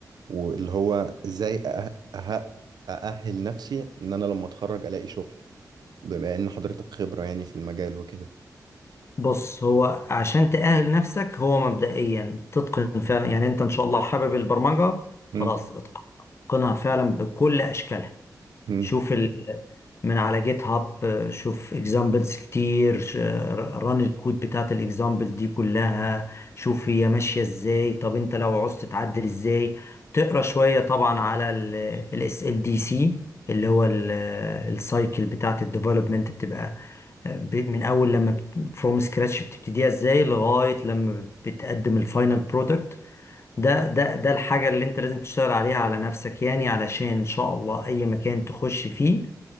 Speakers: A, on the right (about 80°); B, on the left (about 40°).
A: واللي هو ازاي أه... أه... أأهل نفسي ان انا لما اتخرج الاقي شغل بما ان حضرتك خبرة يعني في المجال وكده
B: بص هو عشان تأهل نفسك هو مبدئيا تتقن فعلا يعني انت ان شاء الله حابب البرمجة
A: مم،
B: خلاص اتقنها فعلا بكل اشكالها
A: مم،
B: شوف من على جيت هاب آه، شوف اكزامبلز كتير ش- ران الكود بتاعت الاكزامبل دي كلها شوف هي ماشية ازاي طب انت لو عوزت تعدل ازاي تقرا شوية طبعا على الاس ال دي سي اللي هو السايكل بتاعت الديفلوبمنت بتبقى آه، ب- من اول لما فروم سكراتش بتبتديها ازاي لغاية لما بتقدم الفاينل برودكت ده ده ده الحاجة اللي انت لازم تشتغل عليها على نفسك يعني علشان ان شاء الله اي مكان تخش فيه